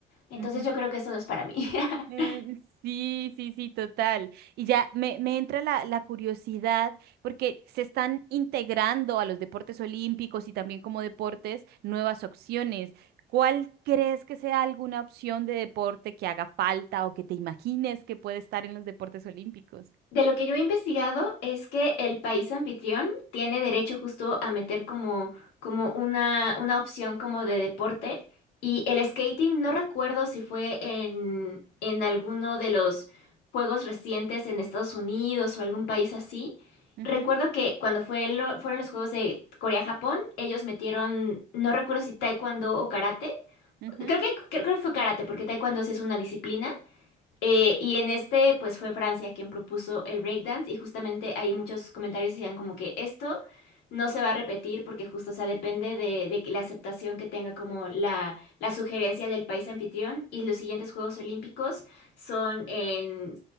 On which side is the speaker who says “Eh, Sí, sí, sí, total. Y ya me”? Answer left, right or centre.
Right